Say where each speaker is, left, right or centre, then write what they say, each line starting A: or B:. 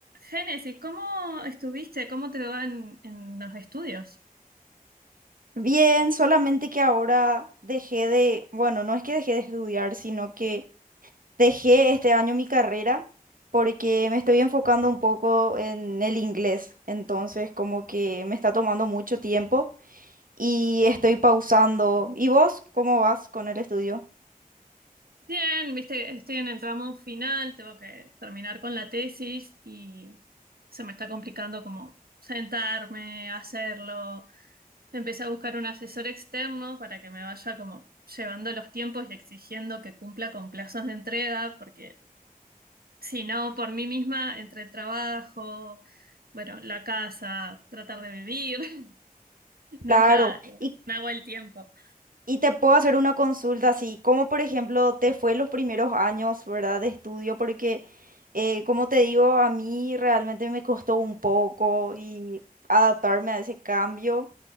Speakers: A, on the right; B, on the right.
A: Génesis, ¿cómo estuviste? ¿Cómo te va en, en los estudios?
B: Bien, solamente que ahora dejé de, bueno, no es que dejé de estudiar, sino que dejé este año mi carrera porque me estoy enfocando un poco en el inglés, entonces como que me está tomando mucho tiempo y estoy pausando. ¿Y vos cómo vas con el estudio?
A: Bien, viste, estoy en el tramo final, tengo que terminar con la tesis y se me está complicando como sentarme, hacerlo. Empecé a buscar un asesor externo para que me vaya como llevando los tiempos y exigiendo que cumpla con plazos de entrega, porque si no, por mí misma, entre el trabajo, bueno, la casa, tratar de vivir, <laughs> nunca
B: Claro,
A: eh,
B: y
A: me hago el tiempo.
B: Y te puedo hacer una consulta así, como por ejemplo te fue los primeros años, ¿verdad? De estudio, porque eh, como te digo, a mí realmente me costó un poco y adaptarme a ese cambio